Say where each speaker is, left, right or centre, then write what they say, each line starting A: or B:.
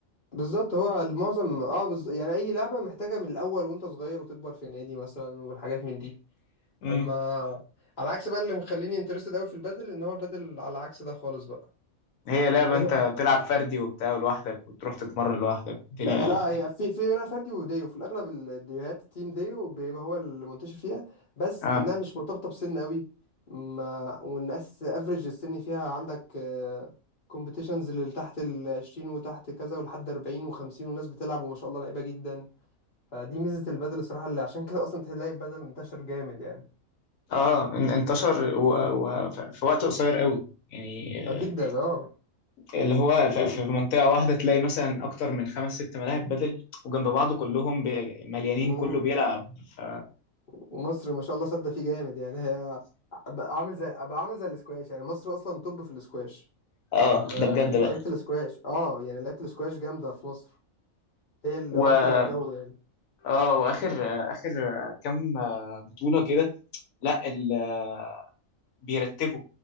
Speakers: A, on the left (about 45°); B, on the left (about 75°).
A: بالظبط هو المعظم اه بز... يعني اي لعبه محتاجه من الاول وانت صغير وتكبر في نادي مثلا والحاجات من دي
B: امم
A: اما على عكس بقى اللي مخليني انترستد قوي في البادل ان هو البادل على عكس ده خالص بقى
B: هي لعبة
A: البادل
B: أنت بتلعب فردي وبتاع لوحدك وتروح تتمرن لوحدك الدنيا
A: لا لا هي في في منها فردي وديو في الاغلب الديوهات تيم ديو بيبقى هو اللي منتشر فيها بس
B: اه
A: انها مش مرتبطه بسن قوي ما والناس افريج السن فيها عندك كومبيتيشنز اللي تحت ال 20 وتحت كذا ولحد 40 و50 والناس بتلعب وما شاء الله لعيبه جدا فدي ميزه البادل الصراحه اللي عشان كده اصلا تلاقي البادل انتشر جامد يعني
B: اه ان- انتشر و... و... ف- في وقت قصير قوي يعني
A: اه جدا
B: آه،
A: اه
B: اللي هو ف-
A: و...
B: في منطقة واحدة تلاقي مثلا أكتر من خمس ست ملاعب بدل وجنب بعض كلهم ب- مليانين
A: مم.
B: كله بيلعب ف...
A: ومصر ما شاء الله صد فيه جامد يعني هي آه، بقى عامل زي بقى عامل زي الاسكواش يعني مصر اصلا توب في الاسكواش
B: اه
A: ما
B: ده بجد
A: لعيبة
B: بقى
A: الاسكواش اه يعني لعيبة الاسكواش جامدة في مصر هي اللي
B: و
A: واكلة الجو يعني
B: اه واخر اخر كام بطولة كده لا ال- بيرتبوا